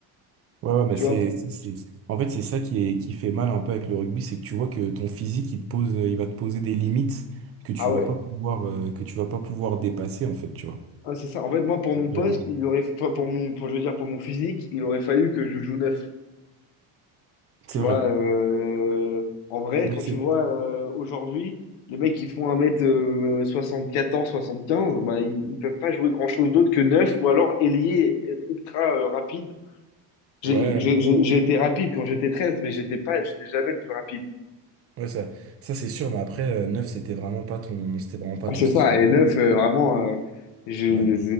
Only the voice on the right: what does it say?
ouais, ouais, bah
c'est,
c'est- c'est- en fait, c'est ça qui est, qui fait mal un peu avec le rugby, c'est que tu vois que ton physique, il te pose, il va te poser des limites que tu
vas pas pouvoir, euh, que tu vas pas pouvoir dépasser, en fait, tu vois.
Euh,
c'est
vrai.
Mais
c'est-
Ouais,
ouais, ça, ça c'est sûr, mais après, euh, 9, c'était vraiment pas ton, c'était vraiment pas
ton
style.
Ouais,